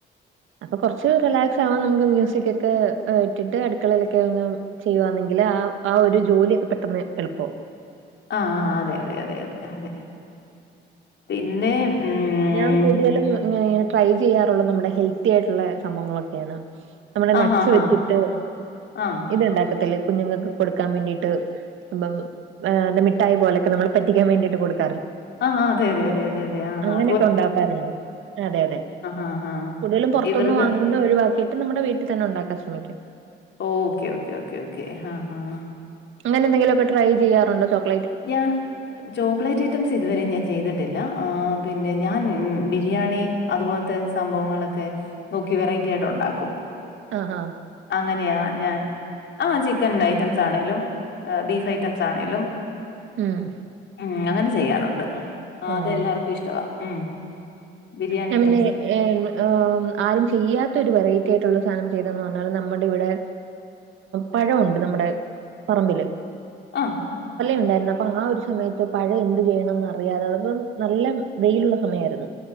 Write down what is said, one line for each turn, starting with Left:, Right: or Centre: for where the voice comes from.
Right: അപ്പ കുറച്ച് റിലാക്സ് ആവാൻ നമുക്ക് മ്യൂസിിക്ക ഒക്കെ ഇട്ടിട്ട് അടുക്കളയിലൊക്കെ ക്കെ ഒന്നു ചെയ്യുവാന്നെങ്കില് ആ ആ ഒരു ജോലിയൊക്കെ പെട്ടെന്ന് എളുപ്പവും.
Left: ആ അതെ അതെ അതെ അതെ പിന്നെ ഉം
Right: ഞാൻ കൂടുതലും ഇങ്ങനെ ട്രൈ ചെയ്യാറുള്ളു നമ്മുടെ ഹെൽത്തി ആയിട്ടുള്ള സംഭവങ്ങളൊക്കെയാണ്. നമ്മടെ
Left: ആഹ്
Right: നട്ട്സ്
Left: ആഹ്
Right: വെച്ചിട്ട്
Left: ആഹ് ആഹ്
Right: ഇത്ണ്ടാക്കത്തില്ലേ. കുഞ്ഞുങ്ങൾക്ക് കൊടുക്കാൻ വേണ്ടിട്ട്, ബ ബാ മിഠായി പോലൊക്കെ നമ്മള് പറ്റിക്കാൻ വേണ്ടിട്ട് കൊടുക്ക
Left: ആ അതെ അതെ അതെ അതെ ആ അ
Right: ങ്ങനക്കെ ണ്ടാക്കാറുണ്ട്. അതെ അതെ
Left: ആ, ആ.
Right: കൂടുതലും പുറത്തു
Left: ഇവർക്ക്
Right: ന്നു വാങ്ങുന്നത് ഒഴിവാക്കി എന്നിട്ട് നമ്മുടെ വീട്ടിൽ തന്നെ ഉണ്ടാക്കാൻ ശ്രമിക്കും.
Left: ഓക്കെ ഓക്കേ ഓക്കെ ഹഹ ഹ
Right: അങ്ങനെന്തെങ്കിലും ക്കെ ട്രൈ ചെയ്യാറുണ്ടോ. ചോക്ലേ
Left: ഞാ ചോക്ലേറ്റ് ഐറ്റംസ് ഇതുവരെ ഞാൻ ചെയ്തിട്ടില്ല. ആ പിന്നെ ഞാൻ ബിരിയാണി അതുപോലത്തെ സംഭവങ്ങളൊക്കെ നോക്കി വെറൈറ്റി ആയിട്ട് ഉണ്ടാക്കും.
Right: ആ ആ
Left: അങ്ങനെയാ ഞാൻ ആ ചിക്കൻ ഐറ്റംസ് ആണെലും, ബീഫ് ഐറ്റംസ് ആണേലും.
Right: ഉം
Left: ഉ അങ്ങനെ ചെയ്യാറുണ്ട്. അതെല്ലാർക്കും
Right: ആഹ്
Left: ഇഷ്ടവാ. ഉം ബിരിയാണി
Right: ഞാൻ
Left: ഐറ്റംസ്.
Right: പിന്നെ എ അ ആരും ചെയ്യാത്ത ഒരു വെറൈറ്റി ആയിട്ടുള്ള സാധനം. ചെയ്തന്ന് പറഞ്ഞാലും നമ്മുടെ ഇവിടെ പഴം ഉണ്ട് നമ്മുടെ പറമ്പില്.
Left: അ
Right: ഉണ്ടായിരുന്നു അപ്പൊ ആ ഒരു സമയത്ത് പഴം എന്ത് ചെയ്യണംന്ന് അറിയാതെ അതപ്പോ നല്ല വെയിലുള്ള സമയാരുന്നു